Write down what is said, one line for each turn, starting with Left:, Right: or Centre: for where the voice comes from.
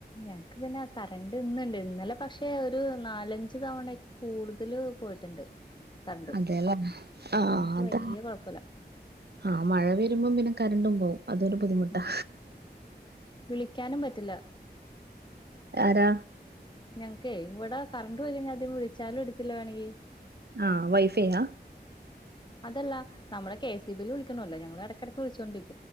Left: ഞ പിന്നെ കറണ്ട് ഇന്നുണ്ട് ഇന്നലെ പക്ഷെ ഒരു നാലഞ്ച് തവണ കൂടുതൽ പോയിട്ടുണ്ട് കറണ്ട്
Right: അതെല്ലേ ആ
Left: ഇന്നിപ്പോ
Right: അത
Left: വല്യ കൊഴപ്പല്ല
Right: ആഹ മഴ വരുമ്പോം പിന്നെ കരണ്ടും പോകവും അതൊരു ബുദ്ധിമുട്ടാ
Left: അതെ വിളിക്കാനും പറ്റില്ല
Right: ആരാ
Left: ഞങ്ങക്ക് ഇവിടെ കറണ്ട് പോയി കഴിഞ്ഞാ ആദ്യം വിളിച്ചാലും എടുക്കില്ല വേണോങ്കി
Right: ആ വൈഫൈയാ
Left: അതല്ല നമ്മുടെ കെ സി ബി യിൽ വിളിക്കണല്ലോ ഞങ്ങള് ഇടയ്ക്കിടയ്ക്ക് വിളിച്ചോണ്ടിരിക്കും